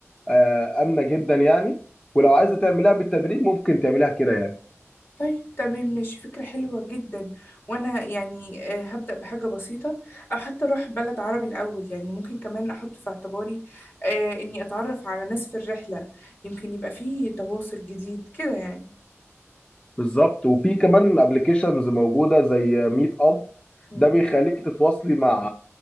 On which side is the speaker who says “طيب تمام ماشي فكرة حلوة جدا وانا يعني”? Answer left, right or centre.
Left